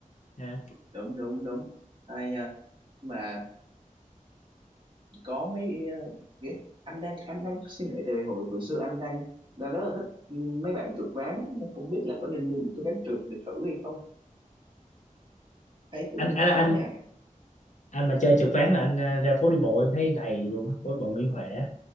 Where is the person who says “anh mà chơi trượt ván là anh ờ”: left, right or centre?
Left